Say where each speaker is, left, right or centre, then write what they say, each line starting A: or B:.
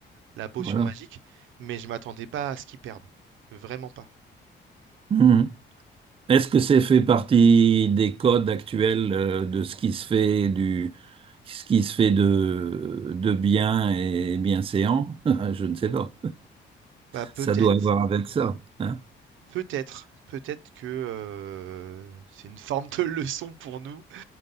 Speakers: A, on the right (about 80°); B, on the right (about 30°).
A: la potion
B: voilà.
A: magique, mais je m'attendais pas à ce qu'il perde. Vraiment pas.
B: Mhm. Est-ce que c'est fait partie des codes actuels euh, de ce qui se fait du ce qui se fait de de bien et bienséant? <laughs> Je ne sais pas.
A: Bah, peut-être,
B: Ça doit avoir avec ça. hein.
A: peut-être, peut-être que euh, c'est une forme de <laughs> leçon pour nous,